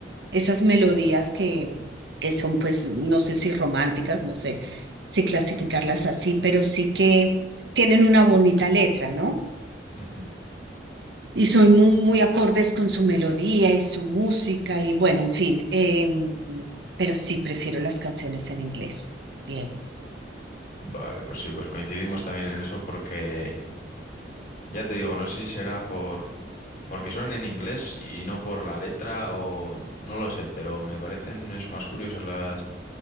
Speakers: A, on the right (about 75°); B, on the left (about 50°).
A: esas melodías que, que son, pues, no sé si románticas, no sé si clasificarlas así, pero sí que tienen una bonita letra, ¿no?
B: Ujú.
A: Y soy muy, muy acordes con su melodía y su música y bueno, en fin, em, pero sí prefiero las canciones en inglés. Bien,
B: Vale, pues sí, pues coincidimos también en eso porque Ya te digo, no sé si será por porque son en inglés y no por la letra o no lo sé, pero me parecen eso más curiosas las